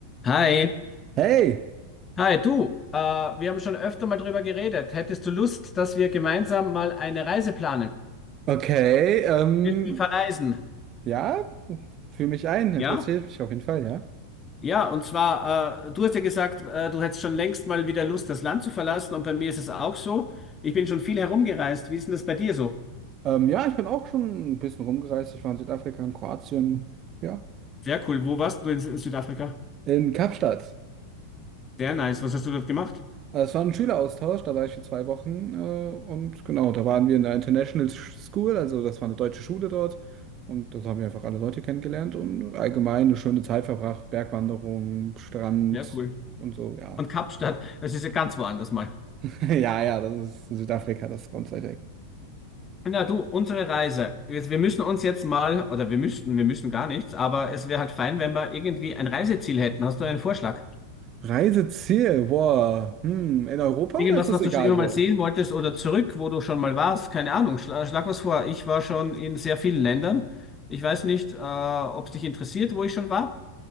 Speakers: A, on the left; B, on the right.
A: Hi,
B: Hey,
A: hi du. Äh, wir haben schon öfter mal drüber geredet. Hättest du Lust, dass wir gemeinsam mal eine Reise planen?
B: okay, ähm,
A: Willst du verreisen?
B: ja, fühl mich ein, interessiert
A: Ja?
B: mich auf jeden Fall, ja.
A: Ja, und zwar, äh, du hast ja gesagt, äh, du hättest schon längst mal wieder Lust, das Land zu verlassen. Und bei mir ist es auch so. Ich bin schon viel herumgereist. Wie ist denn das bei dir so?
B: Ähm, ja, ich bin auch schon ein bisschen rumgereist. Ich war in Südafrika, in Kroatien, ja,
A: Sehr cool. Wo warst du in Sü- Südafrika?
B: in Kapstadt.
A: Sehr nice. Was hast du dort gemacht?
B: Äh, Es war ein Schüleraustausch, da war ich für zwei Wochen, äh, und genau, da waren wir in der International School, also das war eine deutsche Schule dort. Und dort haben wir einfach alle Leute kennengelernt und allgemein eine schöne Zeit verbracht, Bergwanderung, Strand
A: Sehr cool.
B: und so, ja.
A: Und Kapstadt, das ist ja ganz woanders mal.
B: <laughs> Ja, ja, das ist Südafrika, das ganze
A: Na du, unsere Reise. Wir, wir müssen uns jetzt mal, oder wir müssten, wir müssen gar nichts, aber es wäre halt fein, wenn wir irgendwie ein Reiseziel hätten. Hast du einen Vorschlag?
B: Reiseziel, boah, hm, in Europa
A: Irgendwas,
B: oder ist das
A: was
B: egal
A: du schon immer mal
B: wo?
A: sehen wolltest oder zurück, wo du schon mal warst? Keine Ahnung, schlag, schlag was vor. Ich war schon in sehr vielen Ländern. Ich weiß nicht, äh, ob es dich interessiert, wo ich schon war.